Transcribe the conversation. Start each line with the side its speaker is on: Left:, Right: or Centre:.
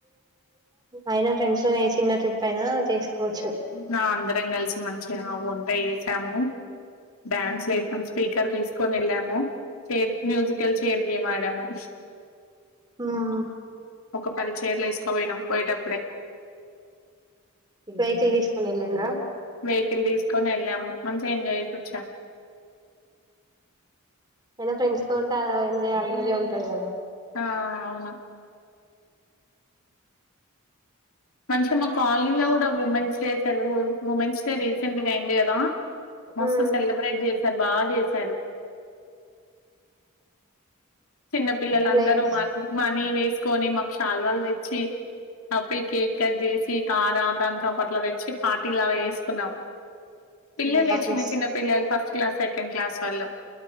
Right: అయినా ఫ్రెండ్స్ లో ఏ చిన్న ట్రిప్ అయినా చేసుకోవచ్చు
Left: నా అందరం కలిసి మంచి వంట చేసాము డ్యాన్స్లు ఎసాము స్పీకర్ తీసుకొని వెళ్ళాము చేర్ మ్యూజికల్ చైర్ గేమ్ ఆడాము
Right: ఉమ్
Left: ఒక పది చెర్లు ఎసుకోపోయినాం పోయేటప్పుడే
Right: వెకిల్ తీసుకొని వెల్లిండ్ర
Left: వెహికల్ తీసుకని వెళ్ళాము మంచిగా ఎంజాయ్ చేసి వచ్చామ్
Right: అయినా ఫ్రెండ్స్ తో ఉంటే ఏదో ఎంజాయ్ అది వేరే ఉంటది కదా
Left: ఆ అవును మంచిగా మా కాలనీ ల కూడా ఉమెన్స్ చేసారు ఉమెన్స్ డే రీసెంట్ గా అయింది కదా మస్తు
Right: ఉమ్,
Left: సెలబ్రేట్ చేశారు బాగా చేశారు చిన్న పిల్లలందరూ
Right: అట్లా చేస్-
Left: మ మనీ వేస్ కొనీ మా చల్వాళ్ తెచ్చి అప్పి కేక్ కట్ చేసి తారా దాని చాపట్ల తెచ్చి పార్టీ లాగ చేసుకున్నాం పిల్లలే
Right: ఉమ్, అట్లా
Left: చిన్న చిన్న పిల్లలు ఫస్ట్ క్లాస్ సెకండ్ క్లాస్ వాళ్ళు